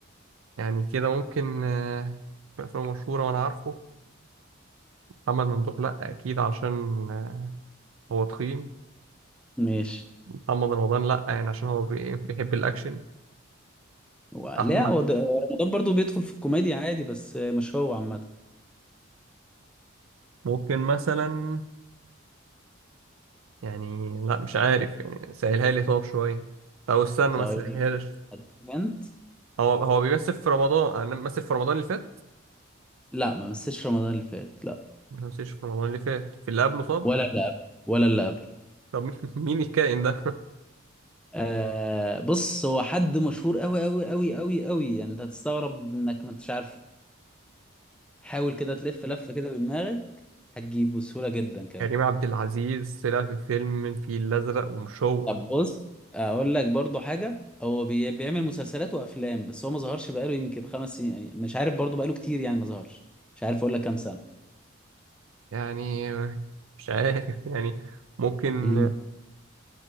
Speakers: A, on the right (about 80°); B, in the centre.
A: يعني كده ممكن آه، في افلام مشهوره وانا عارفه محمد ممدوح لا اكيد عشان آه، هو تخين
B: ماشي
A: محمد رمضان لا يعني عشان هو بي- بيحب الاكشن
B: و-
A: احمد
B: لا هو ده- رمضان برضو بيدخل في الكوميديا عادي بس مش هو عامه
A: ممكن مثلا يعني لا مش عارف يعني سهلها لي طب شويه او استنى
B: طيب
A: ما سهلهالش
B: ادفنت
A: هو هو بيمثل في رمضان انا بمثل في رمضان اللي فات
B: لا ما مسيتش رمضان اللي فات لا
A: ما بمثلش في رمضان اللي فات في اللي قبله طب
B: ولا اللي قبل ولا اللي قبل
A: طب مين <laughs> مين الكائن ده <laughs>
B: <laughs> آه بص هو حد مشهور قوي قوي قوي قوي قوي يعني انت هتستغرب انك ما انتش عارفه حاول كده تلف لف كده بدماغك هتجيبه بسهوله جدا كمان
A: كريم عبد العزيز طلع في فيلم الفيل الأزرق ومش هو
B: طب بص اقول لك برضو حاجه هو بي... بيعمل مسلسلات وافلام بس هو ما ظهرش بقاله يمكن خمس سنين مش عارف برضو بقاله كتير يعني ما ظهرش مش عارف اقول لك كام سنه
A: يعني مش عارف <laughs> يعني ممكن
B: مم.